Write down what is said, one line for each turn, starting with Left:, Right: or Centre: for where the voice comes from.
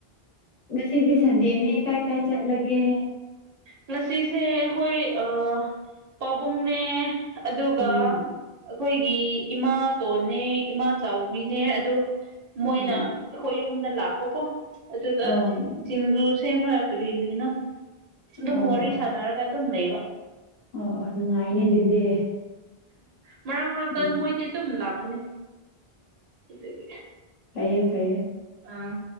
Left: ꯉꯁꯤꯗꯤ ꯁꯟꯗꯦꯅꯦ ꯀꯥꯏ ꯀꯥꯏ ꯆꯠꯂꯒꯦ
Right: ꯉꯁꯤꯁꯦ ꯑꯩꯈꯣꯏ ꯑ ꯄꯥꯕꯨꯡꯅꯦ ꯑꯗꯨꯒ
Left: ꯎꯝ
Right: ꯑꯩꯈꯣꯏꯒꯤ ꯏꯃꯥ ꯇꯣꯟꯅꯦ ꯏꯃꯥ ꯆꯥꯎꯕꯤꯅꯦ ꯑꯗ ꯃꯣꯏꯅ
Left: ꯎꯝ
Right: ꯑꯩꯈꯣꯏ ꯌꯨꯝꯗ ꯂꯥꯛꯄꯀꯣ ꯑꯗꯨꯗ
Left: ꯑꯣ
Right: ꯁꯤꯡꯖꯨ ꯁꯦꯝꯃ ꯀꯔꯤ ꯀꯒꯤꯅꯣ ꯑꯗꯨꯝ
Left: ꯑꯣ ꯑꯣ
Right: ꯋꯥꯔꯤ ꯁꯥꯟꯅꯔꯒ ꯑꯗꯨꯝ ꯂꯩꯕ
Left: ꯑꯣ ꯑꯣ ꯅꯨꯡꯉꯥꯏꯅꯦ ꯑꯗꯨꯗꯤ
Right: ꯃꯔꯛ ꯃꯔꯛꯇ
Left: ꯎꯝ
Right: ꯃꯣꯏꯗꯤ ꯑꯗꯨꯝ ꯂꯥꯛꯄꯅꯦ ꯑꯗꯨꯒꯤ
Left: ꯐꯥꯏꯌꯦ ꯐꯥꯏꯌꯦ
Right: ꯑꯥ